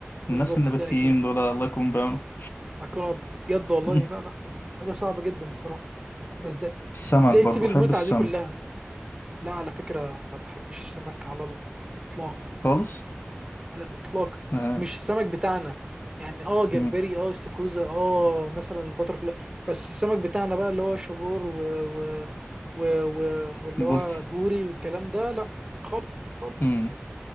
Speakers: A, on the right; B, on the left.
A: بالظبط
B: الناس النباتيين
A: ده اكيد
B: دول الله يكون بعونهم
A: اكون بجد والله
B: <laughs>
A: لا لا هذا صعب جدا الصراحه ده ازاي
B: السمك
A: ازاي
B: برضه
A: تسيب المتعه
B: بحب السمك
A: دي كلها لا على فكره ما بحبش السمك على الاطلاق
B: خالص
A: على الاطلاق
B: آه،
A: مش السمك بتاعنا يعني اه جمبري
B: مم،
A: اه استاكوزا اه مثلا باترفلاي بس السمك بتاعنا بقى اللي هو شبور و... و... و... و... واللي هو
B: بولتي
A: بوري والكلام ده لا خالص خالص
B: مم.